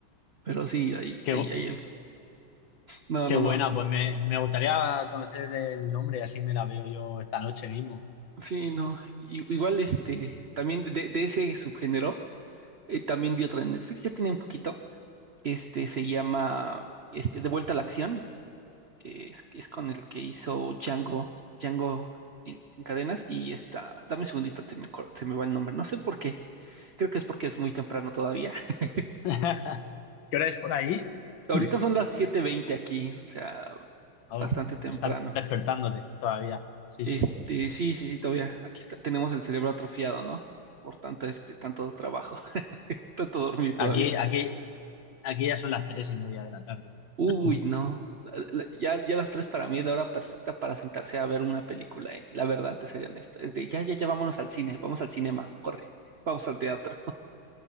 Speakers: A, on the right; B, on the left.
A: pero sí, hay,
B: Qué,
A: hay,
B: bu-
A: hay algo. No,
B: qué
A: no,
B: buena.
A: no.
B: Pues me, me gustaría conocer el nombre, así me la veo yo esta noche mismo.
A: Sí, no. I- Igual este, también de, de ese subgénero, eh, también vi otra en Netflix, ya tiene un poquito, Este se llama este, De vuelta a la acción. eh, Es, es con el que hizo Django, Django sin, sin cadenas. Y está, dame un segundito, se me, cor- se me va el nombre. No sé por qué. Creo que es porque es muy temprano todavía. <laughs>
B: <laughs> ¿Qué hora es por ahí?
A: Ahorita
B: <clears throat>
A: son las siete veinte aquí, o sea,
B: Oh,
A: bastante temprano.
B: estás despertándote todavía. Sí,
A: Este,
B: sí.
A: sí, sí, sí, todavía. Aquí está- tenemos el cerebro atrofiado, ¿no? Por tanto, este, tanto trabajo, <laughs> tanto dormir
B: Aquí,
A: todavía.
B: aquí, aquí ya son las tres y media de la tarde.
A: Uy,
B: <clears throat>
A: no. La- la- Ya, ya las tres para mí es la hora perfecta para sentarse a ver una película, ¿eh? La verdad, te sería honesto. Es de ya, ya, ya vámonos al cine, vamos al cinema, corre, <laughs> vamos al teatro.